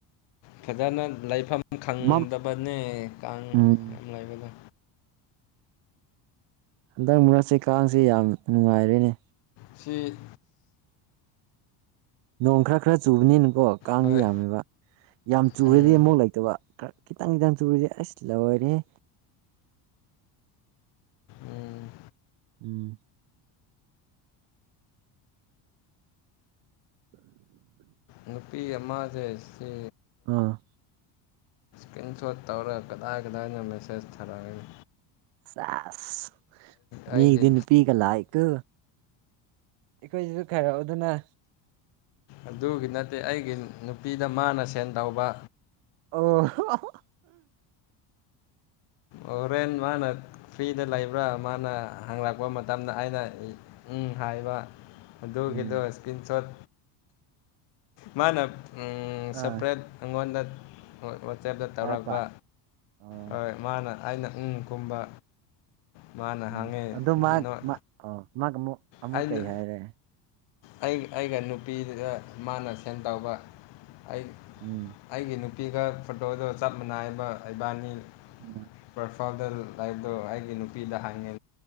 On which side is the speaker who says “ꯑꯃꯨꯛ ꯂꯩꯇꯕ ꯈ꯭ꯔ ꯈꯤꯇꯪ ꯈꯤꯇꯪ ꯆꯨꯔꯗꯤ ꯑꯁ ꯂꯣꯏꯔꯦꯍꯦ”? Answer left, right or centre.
Right